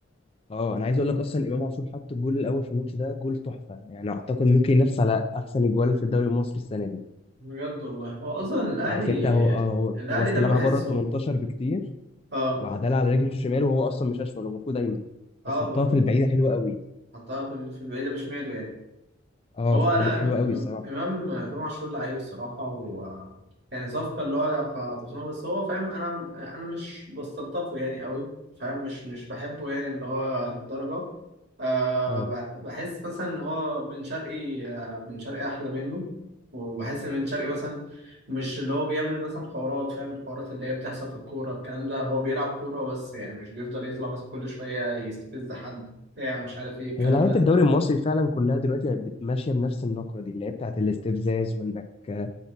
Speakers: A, on the left; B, on the right.
A: اه انا عايز اقول لك اصلا امام عاشور حط الجول الاول في الماتش ده جول تحفه يعني اعتقد ممكن ينافس على احسن اجوال في الدوري المصري السنه دي
B: بجد والله هو اصلا الاهلي
A: عارف انت هو اه هو
B: الاهلي
A: هو استلمها
B: ده انا بحسه
A: بره ال 18 بكتير
B: اه
A: وعدلها على رجله الشمال وهو اصلا مش اشول هو المفروض ايمن
B: اه
A: بس حطها
B: ب-
A: في البعيده حلوه قوي
B: حطها بال- في البعيده بشماله يعني.
A: اه
B: هو
A: فحل...
B: لا
A: حلوه
B: إم- إم-
A: قوي الصراحه
B: امام امام عاشور لعيب الصراحه و يعني صفقه اللي هو خطفناه بس هو فاهم انا انا مش بستلطفه يعني قوي فاهم مش مش بحبه يعني اللي هو للدرجه أه
A: اه
B: ب- بحس مثلا ان هو بن شرقي آه، بن شرقي احلى منه وبحس ان بن شرقي مثلا مش اللي هو بيعمل مثلا حوارات فاهم الحوارات اللي هي بتحصل في الكوره الكلام ده هو بيلعب كوره بس يعني مش بيفضل يطلع مثلا كل شويه يستفز حد بتاع مش عارف ايه الكلام
A: هي لعيبه
B: ده
A: الدوري المصري فعلا كلها دلوقتي بقت بت- ماشيه بنفس النقره دي اللي هي بتاعت الاستفزاز وانك آه،